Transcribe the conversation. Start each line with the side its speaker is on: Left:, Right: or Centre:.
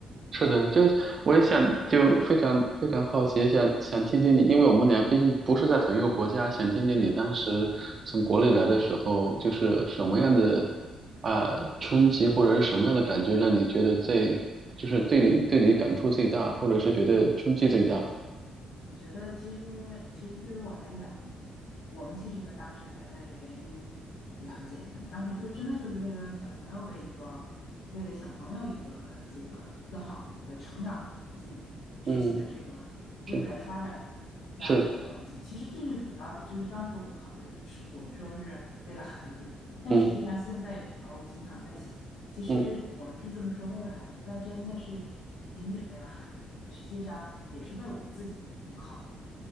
Right: 是的，就我也想就非常非常好奇，想想听听你，因为我们俩毕竟不是在同一个国家，想听听你当时从国内来的时候，
Left: 嗯。
Right: 就是什么样的啊冲击，或者是什么样的感觉，让你觉得最就是对你对你感触最大，或者是觉得冲击最大？
Left: 我觉得其实其实对于我来讲，我们其实呢当时来的原因也很简单，当时就真的就是为了小朋友的一个，为了小朋友一个这个更好的一个成长的环境，学习的这个未来发展这样的一个环境。
Right: 嗯，是是，
Left: 其实最最主要的就是当时我们考虑是我们说是为了孩子，但实际上现在有的时候我经常在想。
Right: 嗯
Left: 其实我们是这么说，
Right: 嗯，
Left: 为了孩子，但真的是仅仅为了孩子吗？实际上也是为我们自己的一种考量，